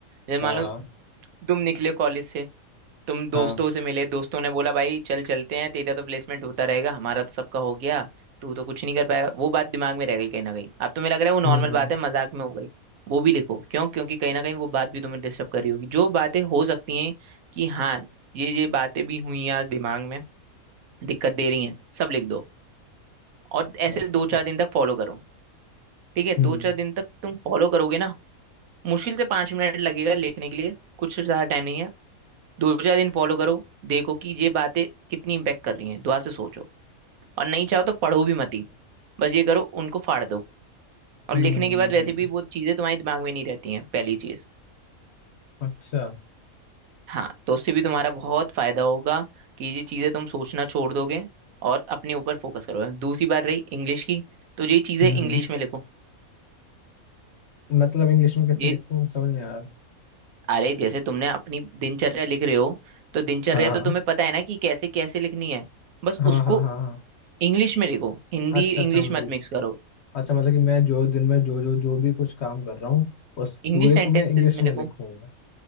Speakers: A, on the right (about 75°); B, on the left (about 55°).
A: जैसे
B: हाँ
A: मान लो
B: हाँ
A: तुम निकले कॉलेज से तुम दोस्तों
B: हाँ
A: से मिले दोस्तों ने बोला भाई चल चलते हैं तेरा तो प्लेसमेंट होता रहेगा हमारा तो सबका हो गया तू तो कुछ नहीं कर पाएगा वो बात दिमाग में रह गई कहीं ना कहीं अब तुम्हें लग रहा है वो नॉर्मल
B: हम्म
A: बात
B: हम्म
A: है मजाक में हो गई वो भी लिखो क्यों क्योंकि कहीं ना कहीं वो बात भी तुम्हें डिस्टर्ब कर रही होगी जो बातें हो सकती हैं कि हाँ ये ये बातें भी हुई आज दिमाग में दिक्कत दे रही हैं सब लिख दो और ऐसे
B: अच्छा
A: दो चार दिन तक फॉलो करो ठीक है दो
B: हम्म
A: चार दिन तक तुम फॉलो करोगे ना मुश्किल से पांच मिनट लगेगा लिखने के लिए कुछ ज्यादा टाइम नहीं है दो चार दिन फॉलो करो देखो कि ये बातें कितनी इम्पेक्ट कर रही हैं दुआ से सोचो और नहीं चाहो तो पढ़ो भी मत ही बस ये करो उनको फाड़ दो और
B: हम्म
A: लिखने
B: हम्म,
A: के बाद वैसे
B: हम्म,
A: भी वो चीज़ें तुम्हारे दिमाग में नहीं रहती हैं पहली चीज़
B: अच्छा
A: हाँ तो उससे भी तुम्हारा बहुत फायदा होगा कि ये चीज़ें तुम सोचना छोड़ दोगे और अपने ऊपर फोकस करोगे दूसरी बात रही इंग्लिश की तो ये चीज़ें
B: हम्म
A: इंग्लिश
B: हम्म।
A: में लिखो
B: मतलब इंग्लिश में कैसे
A: ये
B: लिखूँ समझ नहीं आ रहा
A: अरे जैसे तुमने अपनी दिनचर्या लिख रहे हो तो दिनचर्या
B: हाँ
A: तो तुम्हें पता है ना कि कैसे कैसे लिखनी है बस
B: हाँ
A: उसको
B: हाँ हाँ हाँ हाँ
A: इंग्लिश में लिखो हिंदी
B: अच्छा
A: इंग्लिश
B: अच्छा मतलब
A: मत मिक्स करो
B: अच्छा मतलब कि मैं जो दिन में जो जो जो भी कुछ काम कर रहा हूँ उस
A: इंग्लिश
B: पूरे
A: सेंटेंसेस
B: को मैं इंग्लिश
A: में
B: में
A: लिखो
B: लिखूंगा